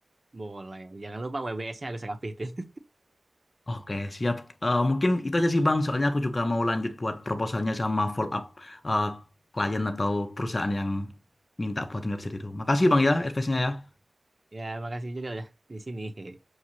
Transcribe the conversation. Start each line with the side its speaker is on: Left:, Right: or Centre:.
Right: Boleh. Jangan lupa WBS-nya harus rapihin. <laughs>
Left: Oke, siap. Eh, mungkin itu aja sih Bang, soalnya aku juga mau lanjut buat proposalnya sama follow up eh, klien atau perusahaan yang minta buatin website itu. Makasih Bang ya, advice-nya ya.
Right: Ya, makasih juga udah di sini. <laughs>